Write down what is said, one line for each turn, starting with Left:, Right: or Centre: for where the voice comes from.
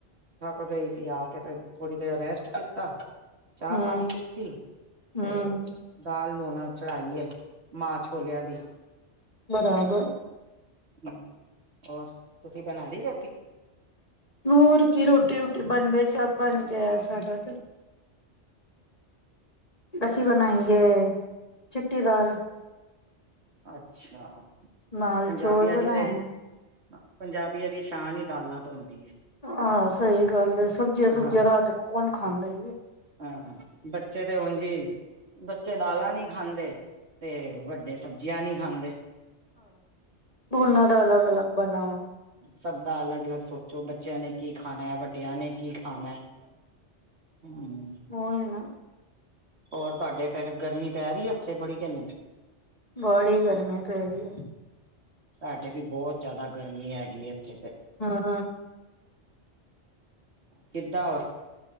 Right: ਥੱਕ ਗਈ ਸੀ ਆ ਕੇ ਫਿਰ ਥੋੜੀ ਦੇਰ ਰੈਸਟ ਕੀਤਾ ਚਾਹ-ਪਾਣੀ
Left: ਹਮ
Right: ਪੀਤੀ।
Left: ਹਮ
Right: ਤੇ ਦਾਲ ਹੁਣ ਚੜਾਈ ਐ ਮਾਂ ਛੋਲਿਆਂ ਦੀ।
Left: ਬਰਾਬਰ।
Right: ਹੂੰ ਓਰ ਤੁਸੀਂ ਬਣਾ ਲਈ ਰੋਟੀ।
Left: ਹੋਰ ਕੀ ਰੋਟੀ- ਰੁਟੀ ਬਣ ਗਈ ਸਬ ਬਣ ਗਿਆ ਸਾਡਾ ਤੇ ਅੱਸੀ ਬਣਾਈਏ ਚਿੱਟੀ ਦਾਲ।
Right: ਅੱਛਾ
Left: ਨਾਲ
Right: ਪੰਜਾਬੀ
Left: ਚੌਲ
Right: ਆਦਿ
Left: ਬਣਾਏ
Right: ਦੇ
Left: ਨੇ।
Right: ਪੰਜਾਬੀਆਂ ਦੀ ਸ਼ਾਨ ਈ ਦਾਲਾਂ। ਤੋਂ ਹੁੰਦੀ ਹੈ
Left: ਆਹ ਸਈ ਗੱਲ ਐ, ਸਬਜ਼ੀਆਂ-ਸੁਬਜ਼ੀਆਂ
Right: ਹਾਂ
Left: ਰਾਤ ਨੂੰ ਕੌਣ ਖਾਂਦਾ ਈ ਨਈ।
Right: ਹਾਂ ਬੱਚੇ ਤੇ ਓਂਜ ਈ। ਬੱਚੇ ਦਾਲਾਂ ਨੀ ਖਾਂਦੇ ਤੇ ਵੱਡੇ ਸਬਜ਼ੀਆਂ ਨੀ ਖਾਂਦੇ।
Left: ਓਨਾ ਦਾ ਅਲੱਗ-ਅਲੱਗ ਬਣਾਓ।
Right: ਸਬ ਦਾ ਅਲੱਗ-ਅਲੱਗ ਸੋਚੋ, ਬੱਚਿਆਂ ਨੇ ਕੀ ਖਾਣਾ ਐ, ਵੱਡਿਆਂ ਨੇ ਕੀ ਆਣਾ ਹੂੰ।
Left: ਓਈ ਨਾ।
Right: ਓਰ ਤੁਆਡੇ ਫਿਰ ਗਰਮੀ ਪੈ ਰਈ ਉੱਥੇ ਬੜੀ ਕੇ ਨਈ।
Left: ਬੜੀ ਗਰਮੀ ਪੈ ਰੀ ਐ।
Right: ਸਾਡੇ ਵੀ ਬਹੁਤ ਜਿਆਦਾ ਗਰਮੀ ਹੈਗੀ ਏ ਇੱਥੇ ਤੇ।
Left: ਹੂੰ।
Right: ਕਿੱਦਾਂ ਹੋਰ